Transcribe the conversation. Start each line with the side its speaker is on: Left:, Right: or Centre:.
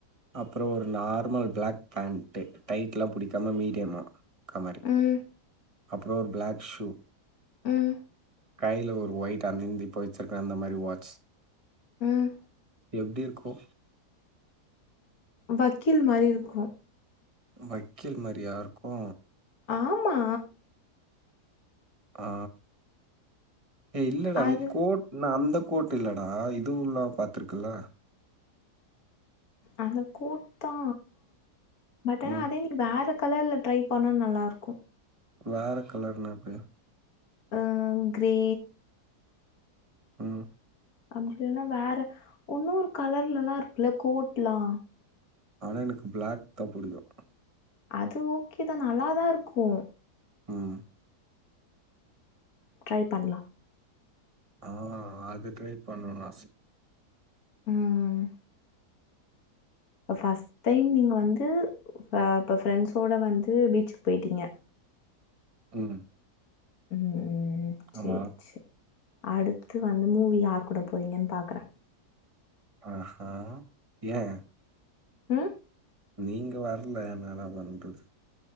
Right: அப்றோ ஒரு நார்மல் ப்ளாக் பேண்ட்டு டைட் லா புடிக்காம மீடியமா அது மாரி
Left: ம்
Right: அப்பறோ ஒரு ப்ளாக் ஷூ
Left: ம்
Right: கைல ஒரு வயிட் டர்னிங் தி போட்ஸ் இருக்குற அந்த மாதிரி வாட்ச்
Left: ம்
Right: எப்டி இருக்கு
Left: வக்கீல் மாரி இருக்கு
Right: வக்கீல் மாரியா இருக்கு
Left: ஆமா
Right: ஆ எ இல்லடா
Left: அது
Right: நீ கோட் இல்ல அந்த கோட் இல்லடா இதுவும்ல்ல பாத்துருக்குல்ல
Left: அத கூட்டா பட் ஆனா
Right: ம்
Left: அதே இன்னெக்கி வேற கலர்ல ட்ரை பண்ணா நல்லாயிருக்கு
Right: வேற கலர்ன்னா எது
Left: ஆ க்ரே
Right: ம்
Left: அப்டி இல்லன்னா வேற உன்னோரு கலர்ல எல்லா இருக்குல்ல கோட் எலா
Right: ஆனா எனக்கு பிளாக் தா புடிக்கு
Left: அது ஓகே தா நல்லா தா இருக்கு
Right: ம்
Left: ட்ரை பண்ணலா
Right: ஆ அது ட்ரை பண்ணணு ஆச
Left: ம் ம் இப்ப ஃபர்ஸ்ட் டைம் நீங்க வந்து இப்போ ஃப்ரெண்ட்ஸோட வந்து பீச்சுக்கு போயிட்டீங்க
Right: ம்
Left: ம் ம் ம் சேரி
Right: ஆமா
Left: சேரி அடுத்து வந்து நீங்க யார் கூட போவிங்கன்னு பாக்குறே
Right: அ ஆ ஏ
Left: ஆ
Right: நீங்க வரல நா என்ன பண்றது